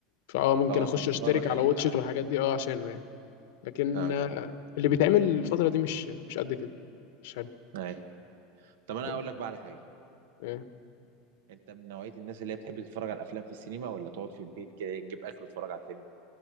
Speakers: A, on the left; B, on the right.
A: فاه ممكن
B: اه
A: اخش
B: فتتفرج
A: اشترك على
B: عليه
A: واتشيت
B: بقى
A: والحاجات دي اه عشانه يعني لكن
B: اه
A: آه، اللي بيتعمل الفتره دي مش مش قد كده مش حلو
B: اي طب انا
A: لا
B: اقول لك بقى على حاجه
A: آه،
B: انت من نوعيه الناس اللي هي بتحب تتفرج على الافلام في السينما ولا تقعد في البيت كده تجيب اكل وتتفرج على الفيلم